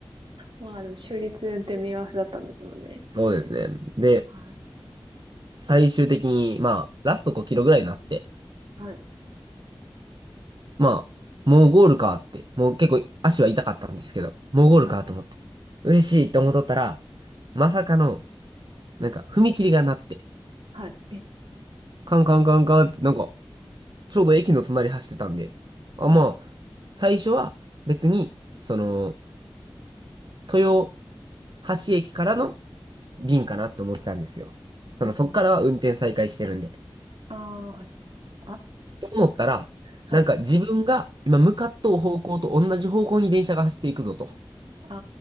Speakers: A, on the right (about 75°); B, on the right (about 60°).
A: まあでも、終日運転見合わせだったんですもんね。
B: そうですね。で、
A: はい。
B: 最終的に、まあ、ラスト5キロぐらいになって、
A: はい。
B: まあ、もうゴールかって、もう結構足は痛かったんですけど、もうゴールかと思って、
A: はい。
B: 嬉しいって思っとったら、まさかの、なんか、踏切がなって、
A: はい。え、
B: カンカンカンカンって、なんか、ちょうど駅の隣走ってたんで、あ、
A: はい。
B: まあ、最初は別に、その、豊橋駅からの便かなって思ってたんですよ。その、
A: うんうんうん、
B: そっからは運転再開してるんで。
A: ああー、はい。あ、
B: と思ったら、
A: はい。
B: なんか自分が今向かっとう方向と同じ方向に電車が走っていくぞと。
A: あ